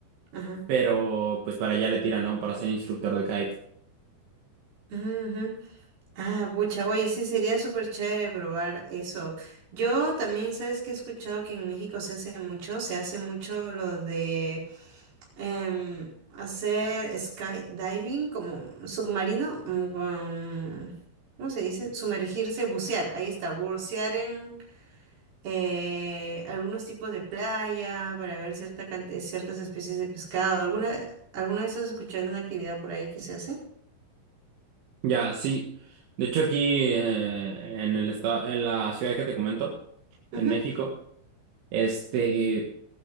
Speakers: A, on the right; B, on the right.
A: Ajá.
B: pero pues para allá le tira, ¿no? Para ser instructor de kite.
A: ujú, ujú. Ah, pucha, oye, sí, sería súper chévere probar eso. Yo también, ¿sabes que He escuchado que en México se hace mucho, se hace mucho lo de em, hacer skydiving como submarino, mm, um, ¿cómo se dice? Sumergirse, bucear, ahí está, bucear en... eh, algunos tipos de playa para ver cierta cante- ciertas especies de pescado. ¿Alguna, alguna vez has escuchado una actividad por ahí que se hace?
B: Ya, sí. De hecho, aquí eh, en el estado, en la ciudad que te comento,
A: Ujú,
B: en México, este